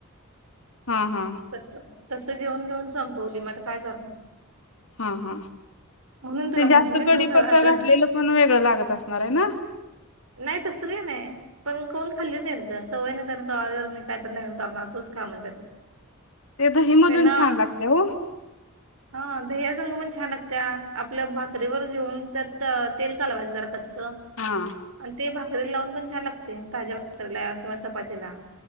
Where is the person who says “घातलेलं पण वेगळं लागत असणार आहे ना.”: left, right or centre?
Left